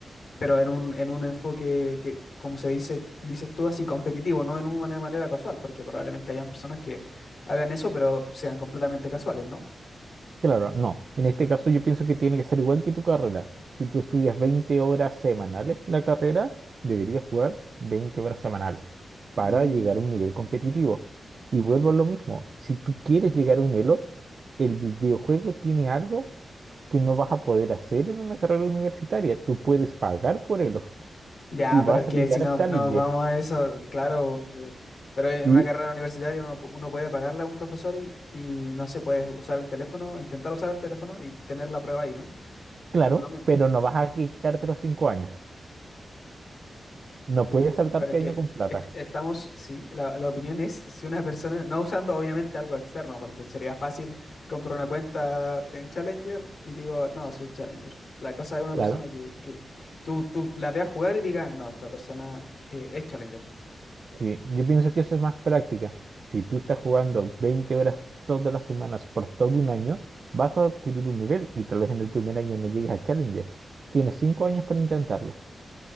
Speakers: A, on the left (about 60°); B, on the right (about 60°).
A: pero en un, en un enfoque que, como se dice, dices tú, así competitivo, no en una manera casual, porque probablemente hayan personas que hagan eso, pero sean completamente casuales, ¿no?
B: claro, no. En este caso yo pienso que tiene que ser igual que tu carrera. Si tú estudias 20 horas semanales la carrera, deberías jugar 20 horas semanales para
A: Mm,
B: llegar a un nivel competitivo. Y vuelvo a lo mismo, si tú quieres llegar a un Elo, el videojuego tiene algo que no vas a poder hacer en una carrera universitaria. Tú puedes pagar por ello
A: ya,
B: y vas
A: pero es que
B: a llegar
A: si no,
B: a Challenger.
A: nos vamos a eso, claro, eh, pero en
B: Y
A: una carrera universitaria uno, pu- uno puede pagarle a un profesor y, y no sé, puedes usar el teléfono, intentar usar el teléfono y tener la prueba ahí, ¿no?
B: claro,
A: Es como lo mismo.
B: pero no vas a quitarte los cinco años. No puedes saltarte
A: Pero es que
B: año con plata.
A: est- estamos, sí, la, la opinión es si una persona, no usando obviamente algo externo, porque sería fácil comprar una cuenta en Challenger y digo, no, soy Challenger. La cosa es una
B: Claro,
A: persona que, que tú, tú la veas jugar y digas, no, esta persona eh, es Challenger.
B: sí. Yo pienso que eso es más práctica. Si tú estás jugando 20 horas todas las semanas por todo un año, vas a adquirir un nivel y tal vez en el primer año no llegues a Challenger. Tienes cinco años para intentarlo.